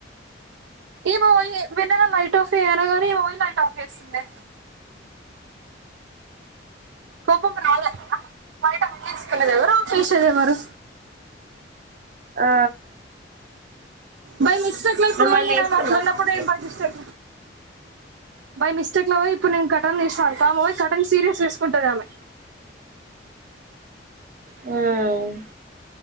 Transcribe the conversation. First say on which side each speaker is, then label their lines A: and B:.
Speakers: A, on the right; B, on the right.
A: ఏమో వెన్నల లైట్ ఆఫ్ చేయి అనగానే ఈమె లైట్ ఆఫ్ చేస్తుంది కోపం రాాలయ బయట ఆన్ చేసుకుండేది ఎవరు చేసేది ఎవరు
B: ఆ
A: బై మిస్ <unintelligible> ఇప్పుడు
B: నువ్వు
A: పోయినా
B: మళ్ళీ వేసుకున్నావా
A: నాను అట్లున్నప్పుడు <unintelligible> సిస్టర్ బై మిస్టేక్లో పో ఇప్పుడు నేను కటన్ తీస్తాతాము పో కటన్ సీరియస్ తీేసుకుంటది ఆమె
B: హ్మ్